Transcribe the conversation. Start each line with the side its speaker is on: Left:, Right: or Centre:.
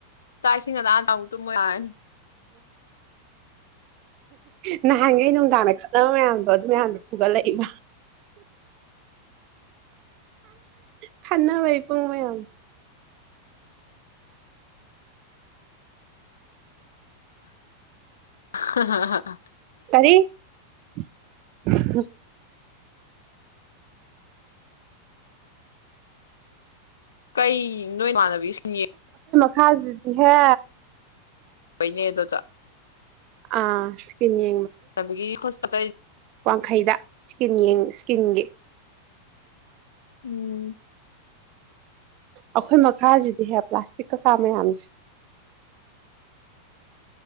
Left: ꯆꯥꯛ ꯏꯁꯤꯡ ꯑꯗ ꯑꯥꯗ ꯑꯃꯨꯛ ꯇꯨꯝꯕ ꯌꯥꯔꯅꯤ
Right: ꯅꯍꯥꯟꯒ ꯅꯨꯡꯗꯥꯡꯅ ꯈꯠꯅꯕ ꯃꯌꯥꯝꯗꯣ ꯑꯗꯨ ꯃꯌꯥꯝꯗꯣ ꯐꯒꯠꯂꯛꯏꯕ ꯊꯥꯟꯅ ꯂꯩ ꯄꯨꯡ ꯃꯌꯥꯝꯌꯥꯝ
Left: ꯍ
Right: ꯑꯔꯤ <inaudible>
Left: ꯀꯩ ꯅꯣꯏꯃꯥꯟꯅꯕꯤꯁꯤꯡ
Right: ꯈꯖꯤ ꯍꯦ
Left: ꯄꯅꯦꯗ
Right: ꯑꯥ ꯁꯀꯤꯅꯤ
Left: ꯅ ꯄꯇꯥꯏ
Right: ꯋꯥꯡꯈꯩꯗ ꯏꯁꯀꯤꯟꯡ ꯏꯁꯀꯤꯟꯒꯤ
Left: ꯎꯝ
Right: ꯑꯩꯈꯣꯏ ꯃꯈꯥꯁꯤꯗꯤ ꯍꯦꯛ ꯄ꯭ꯂꯥꯁꯇꯤꯛ ꯀꯀꯥ ꯃꯌꯥꯝꯁꯦ